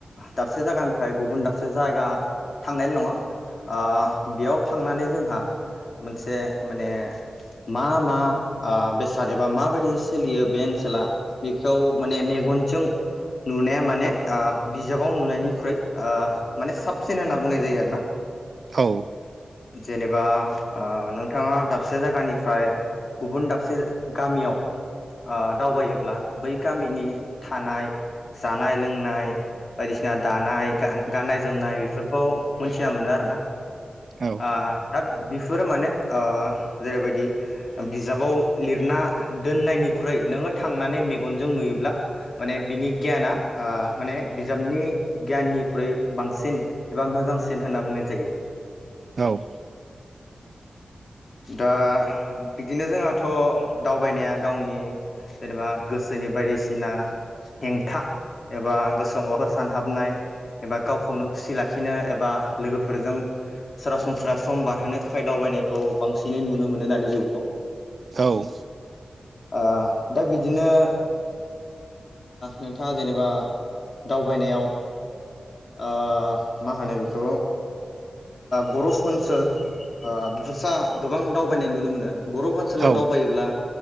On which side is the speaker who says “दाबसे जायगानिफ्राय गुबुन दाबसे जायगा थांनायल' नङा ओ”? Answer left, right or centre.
Left